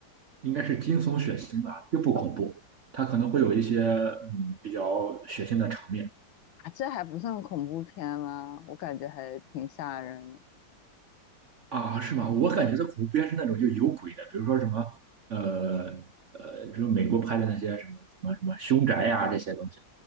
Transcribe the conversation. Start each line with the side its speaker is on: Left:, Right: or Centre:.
Right: 应该是惊悚血腥吧，又不恐怖，它可能会有一些嗯比较血腥的场面
Left: 啊，这还不算恐怖片吗？我感觉还挺吓人的
Right: 啊，是吗？我感觉的恐怖片是那种就有鬼的，比如说什么呃呃，比如美国拍的那些什么什么什么凶宅呀、这些东西，